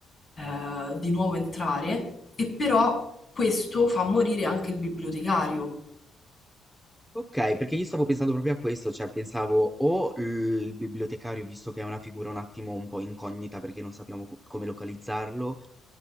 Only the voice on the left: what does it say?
eh, di nuovo entrare, e però questo fa morire anche il bibliotecario.